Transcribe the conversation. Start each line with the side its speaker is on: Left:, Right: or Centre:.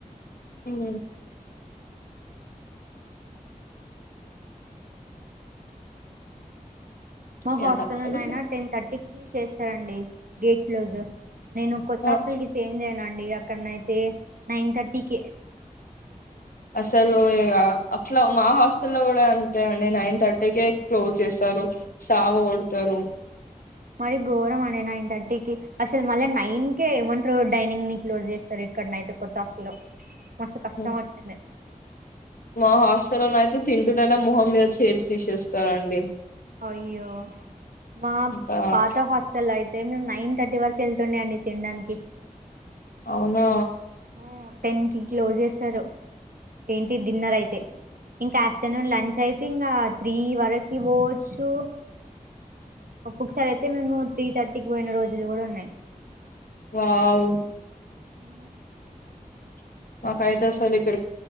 Left: ఉహూ
Right: మా
Left: ఇగ
Right: హాస్టల్
Left: తప్పదు
Right: నాయనా టెన్ థర్టీకిి చేస్తారండి గేట్ క్లోజ్ నేను కొత్త
Left: ఆ,
Right: అసలుకి చేంజ్ అయ్యానండి డి అక్కడన అయితే నైన్ థర్టీకే
Left: అసలు ఇ అట్లా మా హాస్టల్ లో కూడా అంతే అండి నైన్ థర్టీకే క్లోజ్ చేస్తారు సావ కొడతారు
Right: మరి ఘోరం అండి నైన్ థర్టీకి అసలు మళ్ళా నైన్ కేే ఏమంటారు డైనింగ్ ని క్లోజ్ జేస్తారు ఇక్కడనైయితే కొత్తఫలో మస్త్ కష్టం
Left: ఉమ్
Right: వచ్చుంది
Left: మా హాస్టల్లోన అయితే తింటుండనే మొహం మీద చేర్ తీసేస్తారంండి
Right: అయ్యో మా
Left: అంతా
Right: పాత హాస్టల్ అయితే మేము నైన్ థర్టీ వరకు యెళ్తుండే అండి తినడానికి
Left: అవునా
Right: ఉ టెన్ కి క్లోజ్ జేస్సరు ఏంటి డిన్నర్ అయితే ఇంకా ఆఫ్టర్నూన్ లంచ్ అయితే ఇంగ త్రీ వరకు పోవచ్చు ఒక్కక్సార్ అయితే మేము త్రీ థర్టీకి పోయిన రోజులు గూడా ఉన్నాయి
Left: వావ్
Right: ఉ
Left: మాకైతే అసలు ఇక్కడి